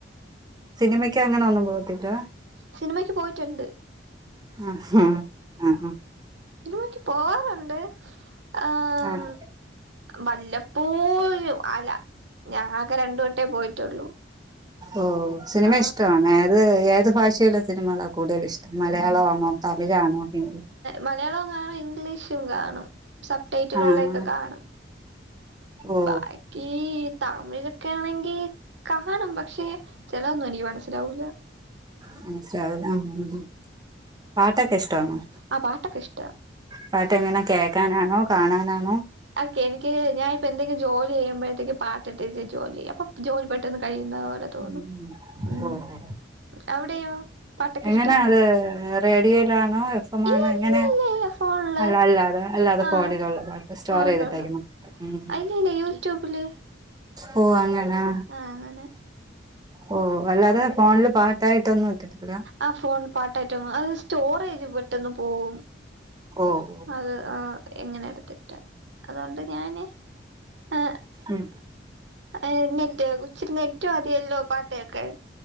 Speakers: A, on the right (about 20°); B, on the right (about 75°).
A: സിനിമക്ക് അങ്ങനെ ഒന്നും പോത്തില്ല
B: സിനിമയ്ക്ക് പോയിട്ട് ഒണ്ട്
A: ആഹ് ആഹ്
B: സിനിമക്ക് പോവാറുണ്ട് ആഹാ
A: ആഹ്
B: വല്ലപ്പോഴും അല്ല ഞാൻ ആകെ രണ്ടു വട്ടേ പോയിട്ടുള്ളൂ
A: ഓഹ് സിനിമ
B: ആഹ്
A: ഇഷ്ടമാണ് ഏത് ഏത് ഭാഷയില സിനിമളാണ് കൂടുതൽ ഇഷ്ട്ടം മലയാളവാണോ തമിഴാണോ ഹിന്ദി
B: മലയാളോം കാണും ഇംഗ്ലീഷും കാണും സപ് ടൈറ്റിലള്ളൊക്കെ
A: ആഹ്
B: കാണും
A: ഓ
B: ബായ് ഈ തമിഴിലൊക്കെ ആണെങ്കിൽ കാണും പക്ഷെ ചെലതൊന്നും എനിക്ക് മനസ്സിലാവൂല്ല
A: മനസ്സിലാവൂല ആഹ് പാട്ടൊക്കെ ഇഷ്ട്ടാണോ?
B: ആഹ് പാട്ടൊക്കെ ഇഷ്ട്ടവ
A: പാട്ട് എങ്ങനെ കേക്കാനാന്നോ കാണാനാന്നോ
B: അ ക്കെഎനിക്ക് ഞാനൻപ്പോ എന്തെങ്കിലും ജോലി ചെയ്യുമ്പോഴത്തേക്ക് പാട്ട്ഇട്ടേച്ച് ജോലി ചെയ്യാ അപ്പൊ ജോലി പെട്ടെന്ന് കഴിയുന്ന പോലെ തോന്നും
A: അങ്ങനെ
B: ഉം
A: ഓ ഓ
B: അവിടെയോ പാട്ടൊക്കെ
A: എങ്ങനാ
B: ഇഷ്ടാണോ
A: അത് റേഡിയോയിലാണോ എഫ് എം
B: ഇല്ല
A: ആണോ
B: ഇല്ല
A: എങ്ങനെയാ
B: ഇല്ല ഇല്ല ഫോണില്
A: അല്ല അല്ലാതെ അല്ലാതെ
B: ആഹ്
A: ഫോണിലുള്ള പാട്ട് സ്റ്റോർ
B: ഫോണിലുള്ള
A: ചെയ്തിട്ടേക്കുന്നു ഉം
B: ഇല്ല ഇല്ല യൂട്യൂബില്
A: ഓ അങനാ
B: ആഹ് അങ്ങനെ
A: ഓഹ് അല്ലാതെ ഫോണില് പാട്ടായിട്ടൊന്നും ഇട്ടിട്ടില്ല
B: ആ ഫോണിൽ പാട്ടായിട്ട് ഒന്നും അത് സ്റ്റോറേജ് പെട്ടന്ന് പോകും
A: ഓ ഓ
B: അത് ആ ഇങ്ങനെ എടുത്തിട്ട് അതുകൊണ്ട് ഞാന് ആഹ്
A: ഉം
B: ഏഹ് നെറ്റ് ഉച്ചിരി നെറ്റ്മതിയല്ലോ പാട്ടേക്കാൻ